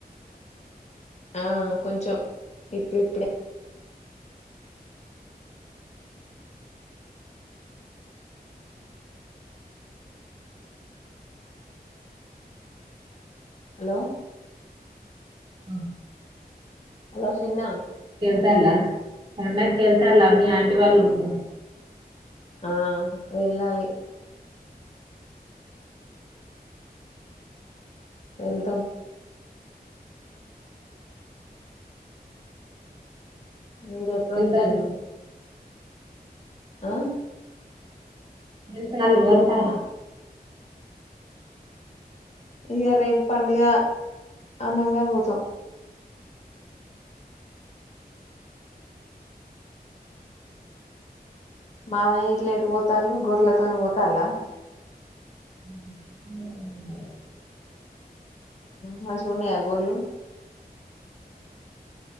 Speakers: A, on the left; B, on the right.
A: ఆ కొంచం ఇప్పుడిప్పుడే హలో
B: ఆ
A: హలో చిన్న
B: ల్ సన్నకి కళ్తాల మీ ఆంటి వాళ్ళర్కు
A: ఆ వెళ్ళాలి వెళ్తాం మీరు ఎప్పుడు
B: వెళ్తాళ్ళు
A: వాతన్నారు మరి ఆ
B: వెళ్తే గాదు వొళ్తా ఆయాన
A: ఇగ రేపు పండుగ అనంగా పోతాం మామయ్య ఇట్లా ఎటు పోతాల్లు గొర్రెలతోను పోతాళ్ళ
B: <inaudible>
A: మంచిగున్నాయా గోళ్ళు